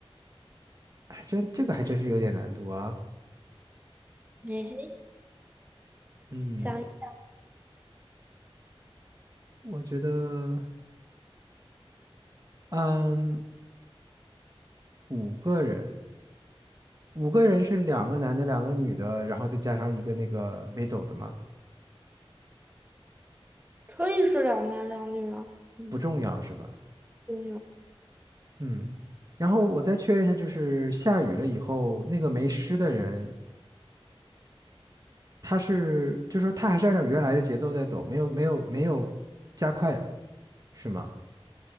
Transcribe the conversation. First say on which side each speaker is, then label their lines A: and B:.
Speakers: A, on the right; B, on the right.
A: 还真这个还真是有点难度啊。
B: 嘿嘿，
A: 嗯，
B: 想
A: 我觉得，嗯，五个人，五个人是两个男的，两个女的，然后再加上一个那个没走的吗？
B: 可以是两男两女啊，嗯，
A: 不重要是吧？
B: 对呀。
A: 嗯，然后我再确认一下，就是下雨了以后，那个没湿的人，他是，就说他还是按照原来的节奏在走，没有没有没有加快，是吗？